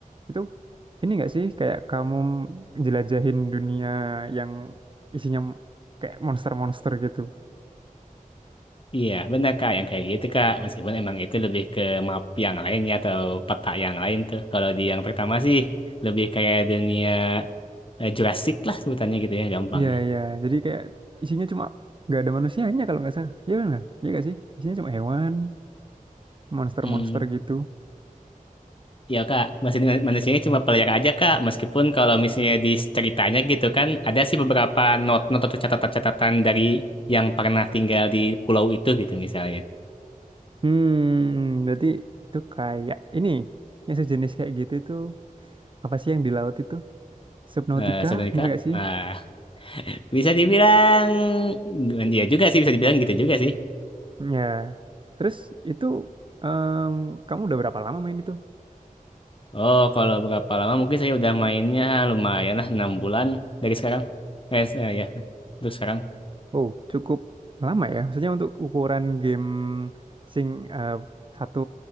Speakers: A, on the right; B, on the left.
A: Itu ini nggak sih kayak kamu jelajahin dunia yang isinya kayak monster-monster gitu.
B: iya. Benar, Kak. Yang kayak gitu, Kak. Meskipun emang itu lebih ke map yang lain ya, atau peta yang lain tuh. Kalau di yang pertama sih, lebih kayak dunia eh, Jurassic lah sebutannya gitu ya, gampangnya.
A: Iya, iya. Jadi kayak isinya cuma nggak ada manusianya kalau nggak salah. Iya benar. Iya nggak sih? Isinya cuma hewan, monster-monster
B: Hmm,
A: gitu.
B: Ya kak, maksudnya manusianya cuma player aja kak, meskipun kalau misalnya di ceritanya gitu kan, ada sih beberapa not-not atau catatan-catatan dari yang pernah tinggal di pulau itu gitu misalnya.
A: Hmm, berarti itu kayak ini yang sejenis kayak gitu itu apa sih yang di laut itu? Subnautica,
B: Eh sebenarnya
A: bener
B: kak,
A: gak sih?
B: ah, bisa dibilang, ya juga sih bisa dibilang gitu juga sih.
A: Ya, terus itu em, kamu udah berapa lama main itu?
B: Oh kalau berapa lama mungkin saya udah mainnya lumayan lah 6 bulan dari sekarang. Eh, s- eh, ya, terus sekarang.
A: Oh, cukup lama ya. Maksudnya untuk ukuran game sing eh, satu